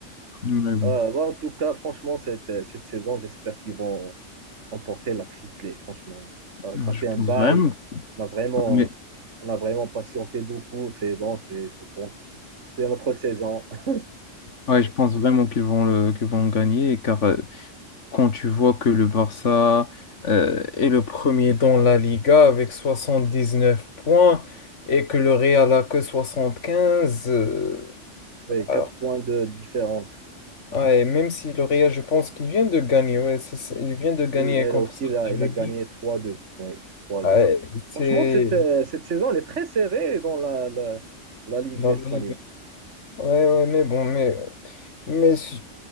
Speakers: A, on the left; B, on the right.
A: mais bon.
B: Euh, bon, en tout cas, franchement, cette, cette saison, j'espère qu'ils vont emporter la triplée, franchement. Ça,
A: Non,
B: ça
A: je
B: fait un
A: pense
B: bail.
A: vraiment,
B: On a vraiment,
A: mais
B: on a vraiment patienté beaucoup. C'est bon, c'est c'est bon. C'est notre saison. <laughs>
A: ouais, je pense vraiment qu'ils vont le, qu'ils vont gagner, car euh, quand tu vois que le Barça euh, est le premier dans la Liga avec 79 points et que le Real a que 75, euh,
B: Oui,
A: alors
B: 4 points de différence.
A: ouais, même si le Real, je pense qu'il vient de gagner, ouais, c'est ça, il vient de gagner
B: Oui, elle
A: contre
B: aussi,
A: Celta
B: elle a, elle
A: Vigo,
B: a gagné trois deux Oui, trois
A: ouais,
B: deux
A: c'est
B: Franchement, cette, euh, cette saison, elle est très serrée dans la, la, la Ligue
A: dans
B: espagnole.
A: la Liga. Ouais, ouais, mais bon, mais, mais si-